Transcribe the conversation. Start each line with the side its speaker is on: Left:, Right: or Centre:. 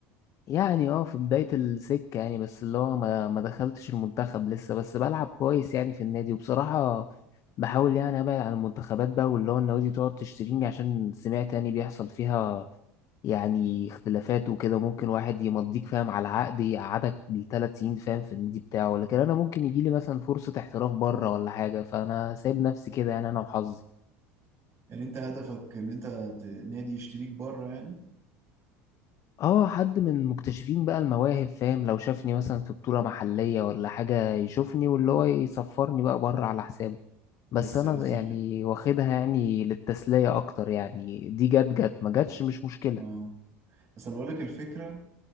Left: يعني اه في بداية السكة يعني بس اللي هو ما ما دخلتش المنتخب لسه بس بلعب كويس يعني في النادي وبصراحة بحاول يعني ابعد عن المنتخبات بقى واللي هو النوادي تقعد تشتريني عشان سمعت يعني بيحصل فيها يعني اختلافات وكده ممكن واحد يمضيك فاهم على عقد يقعدك بالثلاث سنين فاهم في النادي بتاعه لكن انا ممكن يجيلي مثلا فرصة احتراف بره ولا حاجة فانا سايب نفسي كده يعني انا وحظي
Right: يعني انت هدفك ان انت ت- نادي يشتريك بره يعني
Left: اه حد من مكتشفين بقى المواهب فاهم لو شافني مثلا في بطولة محلية ولا حاجة يشوفني واللي هو يسفرني بقى بره على حسابه بس
Right: بس
Left: انا
Right: بس
Left: يعني
Right: الفكرة
Left: واخدها يعني للتسلية اكتر يعني دي جت جت ما جتش مش مشكلة
Right: اه بس انا بقول لك الفكرة